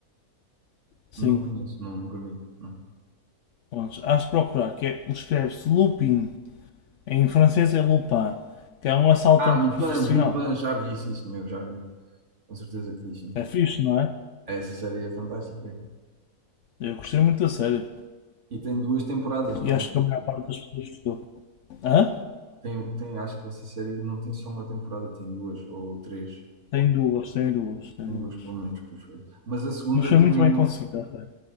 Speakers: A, on the left (about 65°); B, on the right (about 55°).
A: Sim,
B: não conheço, não, nunca vi. Não.
A: Pronto, hás de procurar, que é, escreve-se Lupin, em francês é Lupin, que é um assaltante
B: Ah, Lupin,
A: profissional.
B: Lupin, já vi, sim, senhor, já vi. Com certeza que vi, sim.
A: É fixe, não é?
B: Essa série é fantástica.
A: Eu gostei muito da série.
B: E tem duas temporadas, não
A: E acho que a maior
B: é?
A: parte das pessoas gostou. Hã?
B: Tem, tem, acho que essa série não tem só uma temporada, tem duas ou três.
A: Tem duas, tem duas, tem
B: Tem
A: duas.
B: duas, pelo menos, pois foi. Mas a segunda
A: Mas foi
B: terminou,
A: muito bem conseguida a série.